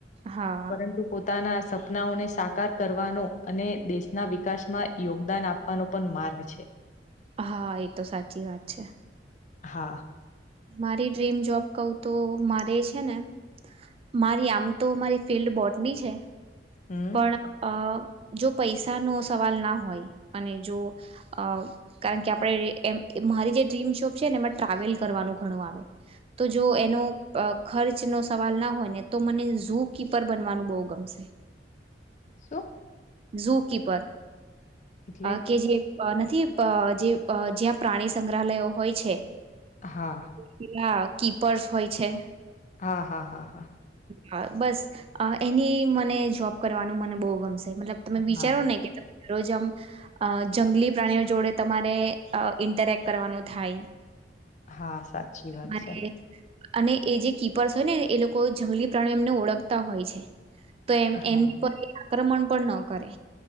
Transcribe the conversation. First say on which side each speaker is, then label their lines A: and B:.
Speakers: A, on the right; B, on the left.
A: હા
B: પરંતુ પોતાના સપનાઓને સાકાર કરવાનો અને દેશના વિકાસમાં યોગદાન આપવાનો પણ માર્ગ છે.
A: હા એ તો સાચી વાત છે.
B: હા.
A: મારી ડ્રીમ જોબ કઉ તો મારે છે ને. મારી આમ તો મારી ફિલ્ડ બોટની છે
B: હમ
A: પણ અ જો પૈસા નો સવાલ ના હોય અને જો અ કારણ કે આપણે એ મારી જે ડ્રીમ શોપ છે એમાં ટ્રાવેલ કરવાનું ઘણું આવે તો જો એનો ખર્ચ ન સવાલ ના હોય ને તો મને ઝુ કીપર બનવાનું બહુ ગમશે
B: શું
A: ઝુકી પર
B: એટલે
A: કે જે નથી જે જ્યાં પ્રાણી સંગ્રહાલયો હોય છે
B: હા
A: પેલા કીપર્સ હોય છે
B: હા હા હા હા
A: હા બસ એની મને જોબ કરવાનું મને બહુ ગમશે મતલબ તમે વિચારો
B: હા
A: ને કે રોજ આમ જંગલી પ્રાણીઓ જોડે તમારે ઇન્ટરેક્ટ કરવાનું થાય
B: હા સાચી વાત
A: તમારે
B: છે
A: અને એ જે કીપર્સ હોય નેને એ લોકો જંગલી પ્રાણી એમને ઓળખતા હોય છે તો એમ
B: હા
A: એમની પર આક્રમણ પણ ન કરે